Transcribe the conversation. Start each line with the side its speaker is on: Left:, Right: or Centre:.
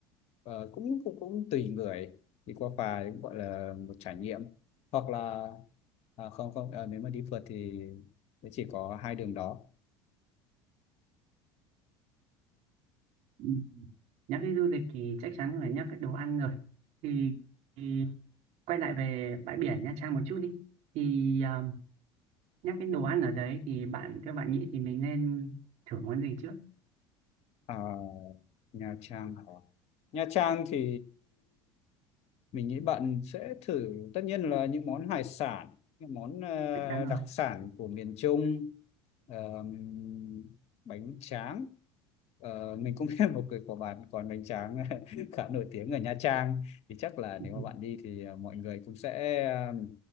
Left: Ờ, cũng cũng cũng tùy người thì qua phà thì cũng gọi là một trải nghiệm hoặc là à, không không ờ, nếu mà đi phượt thì thì chỉ có hai đường đó
Right: Ừ. nhắc đến du lịch thì chắc chắn phải nhắc cái đồ ăn rồi thì, thì quay lại về bãi biển Nha Trang một chút đi thì à, nhắc đến đồ ăn ở đấy thì bạn theo bạn nghĩ thì mình nên thử món gì trước
Left: à, Nha Trang Nha Trang thì mình nghĩ bạn sẽ thử tất nhiên là những món hải sản, những món ờ,
Right: chắc chắn rồi
Left: đặc sản của miền Trung, ờm, bánh tráng. Ờ, mình cũng <laughs> biết một cái của bạn còn bánh tráng <laughs> khá nổi tiếng ở Nha Trang thì chắc là nếu
Right: <laughs>
Left: mà bạn đi thì ờ, mọi người cũng sẽ ờ,